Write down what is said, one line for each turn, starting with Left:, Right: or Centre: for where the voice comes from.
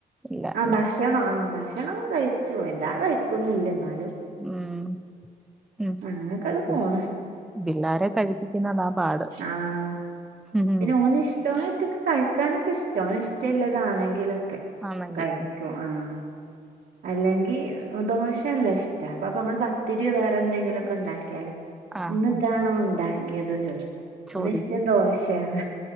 Centre: ഇല്ല
Right: ആഹ്
Centre: ഉം
Right: ഭ <unintelligible> ആഹ് ഭക്ഷണം കഴിച്ചു എല്ലാം കഴിക്കൊന്നില്ല എന്നാലും
Centre: ഉം ഉം
Right: അങ്ങനൊക്കെട് പോണ്
Centre: <unintelligible> ബില്ലാരെ കഴിപ്പിക്കുന്നതാ പാട്
Right: ആഹ്
Centre: ഉം
Right: പിന്നെ ഓന് ഇഷ്ട <unintelligible> കഴിക്കാനൊക്കെ ഇഷ്ടാ ഓന് ഇഷ്ടള്ളതാണെങ്കിലോ ക്കേ
Centre: ആന്നെങ്കി
Right: കഴിക്കും ആഹ് അല്ലെങ്കി ദോശ നല്ല ഇഷ്ടാ അപ്പോപ്പാ നമ്മള് പത്തിരിയോ വേറെ എന്തെങ്കിലൊക്കെ ണ്ടാക്കിയാല്
Centre: ആഹ്
Right: ഇന്ന്താണോ ഉണ്ടാക്കിയെത് ചോ
Centre: ചോദിക്കും
Right: ഓന് ഇഷ്ടം ദോശയാണ്